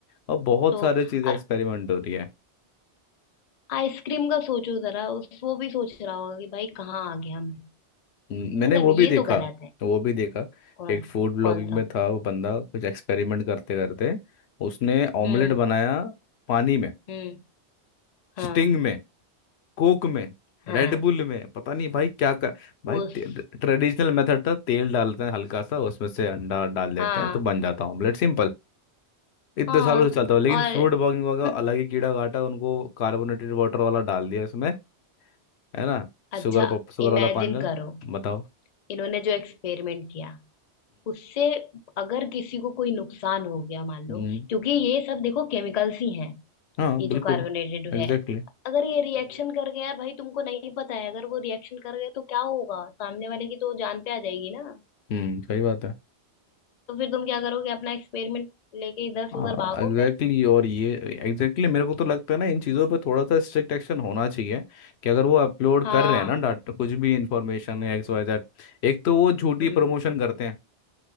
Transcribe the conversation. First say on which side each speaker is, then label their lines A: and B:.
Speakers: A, on the left; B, on the left.
A: और बहुत
B: तो
A: सारे चीज़ें
B: और
A: एक्सपेरिमेंट हो रही है
B: आइसक्रीम का सोचो जरा उस वो भी सोच रहा होगा कि भाई कहाँ आ गया मैं
A: हम्म, मैंने
B: मतलब
A: वो
B: ये
A: भी देखा
B: तो गलत है
A: वो भी देखा
B: कौन
A: एक फूड ब्लॉगिंग
B: कौन सा
A: में था वो बंदा कुछ एक्सपेरिमेंट करते करते उसने ऑमलेट
B: हम्म
A: बनाया पानी में
B: हम्म हाँ
A: स्टिंग में कोक में
B: हाँ
A: रेडबुल में पता नहीं भाई क्या कर भाई
B: उस
A: ट्रेडिशनल मेथड था तेल डालते हैं हल्का सा उसमें से अंडा डाल देते
B: हाँ
A: हैं तो बन जाता है ऑमलेट सिंपल इतने
B: हाँ
A: सालों से चलता हुआ लेकिन
B: और
A: फ्रूट ब्लॉगिंग वाला
B: <laughs>
A: अलग ही कीड़ा काटा उनको कार्बोनेटेड वाटर वाला डाल दिया इसमें है ना
B: अच्छा
A: शुगर शुगर
B: इमेजिन
A: वाला पानी डाल-
B: करो
A: बताओ
B: इन्होंने जो एक्सपेरिमेंट किया उससे अगर किसी को कोई नुकसान हो गया मान लो
A: हम्म,
B: क्योंकि ये सब देखो केमिकल्स ही हैं
A: हाँ
B: ये
A: बिल्कुल
B: जो कार्बोनेटेड
A: Exactly
B: है
A: exactly.
B: अगर ये रिएक्शन कर गया यार भाई तुमको नहीं पता है अगर वो रिएक्शन कर गए तो क्या होगा सामने वाले की तो जान पे आ जाएगी ना
A: हम्म सही बात है
B: तो फिर तुम क्या करोगे अपना एक्सपेरिमेंट लेके इधर से
A: हाँ
B: उधर भागो
A: एग्जैक्टली
B: फिर
A: exactly, और ये एग्जैक्टली exactly, मेरे को तो लगता है ना इन चीज़ों पे थोड़ा सा स्ट्रिक्ट एक्शन होना चाहिए कि अगर वो अपलोड
B: हाँ
A: कर रहे हैं ना डाटा कुछ भी इंफॉर्मेशन या एक्स वाई जेड एक तो वो झूठी
B: हम्म
A: प्रमोशन करते हैं